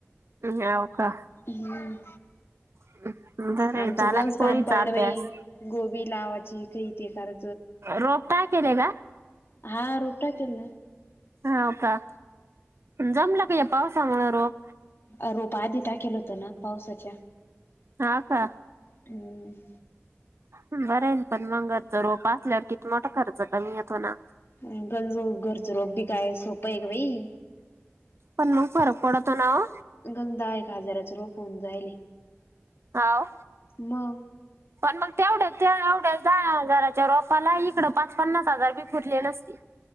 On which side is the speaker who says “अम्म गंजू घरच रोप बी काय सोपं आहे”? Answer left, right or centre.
Left